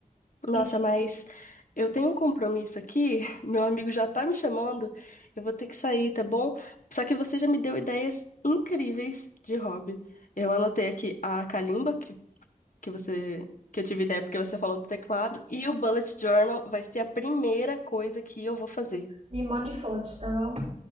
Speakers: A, on the left; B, on the right.
A: Nossa,
B: E
A: mas eu tenho um compromisso aqui, <laughs> meu amigo já tá me chamando, eu vou ter que sair, tá bom? Só que você já me deu ideias incríveis de hobby. Eu anotei aqui a calimba que você que eu tive ideia porque você falou do teclado e o bullet journal vai ser a primeira coisa que eu vou fazer.
B: me mande fotos, tá bom?